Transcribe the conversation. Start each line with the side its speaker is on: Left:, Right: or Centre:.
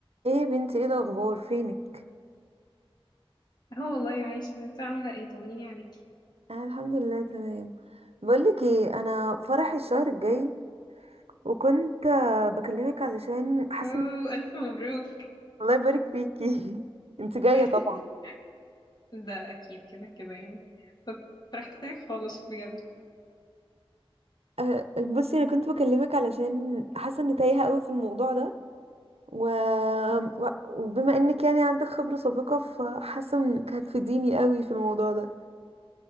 Right: ايه يا بنتي ايه الاخبار فينك
Left: اه والله عايشة انت عاملة ايه طمنيني عليكي
Right: انا الحمد لله تمام بقولك ايه انا فرحي الشهر الجاي وكنت آه، بكلمك علشان حاسه
Left: اوه
Right: إن-
Left: ألف مبروك
Right: الله يبارك فيكي <laughs> انت جايه
Left: <laughs>
Right: طبعا
Left: ده أكيد كده كده يعني طب فرحت لك خالص بجد
Right: آه، بصي انا كنت بكلمك علشان حاسه اني تايهه قوي في الموضوع ده و...
Left: مم.
Right: و- وبما انك يعني عندك خبره سابقه فحاسه انك هتفيديني قوي في الموضوع ده